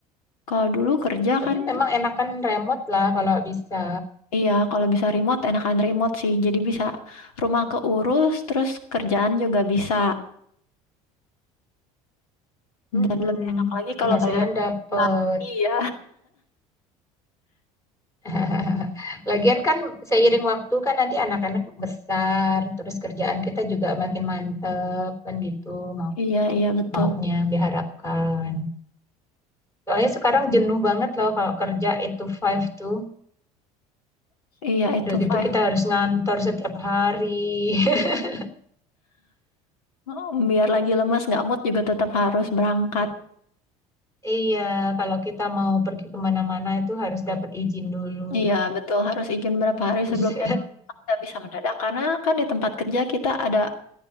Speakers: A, on the left; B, on the left.
A: kalau dulu kerja
B: Tapi
A: kan,
B: memang enakan remote lah kalau bisa.
A: iya kalau bisa remote enakan remote sih. Jadi bisa rumah keurus, terus kerjaan juga bisa.
B: Mm-mm.
A: Dan lebih enak lagi
B: Penghasilan
A: kalau bayar
B: dapet.
A: lah. Iya,
B: <laughs> Lagian kan seiring waktu kan nanti anak-anak besar, terus kerjaan kita juga makin mantep kan gitu mau
A: iya, iya betul.
B: maunya yang diharapkan. Soalnya sekarang jenuh banget loh kalau kerja eight to five tuh.
A: Iya itu
B: Udah gitu
A: five.
B: kita harus ngantor setiap hari. <laughs>
A: Oh, Biar lagi lemas nggak mood juga tetap harus berangkat.
B: Iya, kalau kita mau pergi kemana-mana itu harus dapat izin dulu.
A: Iya betul harus izin berapa hari
B: Terus
A: sebelumnya dulu kan nggak bisa mendadak karena kan di tempat kerja kita ada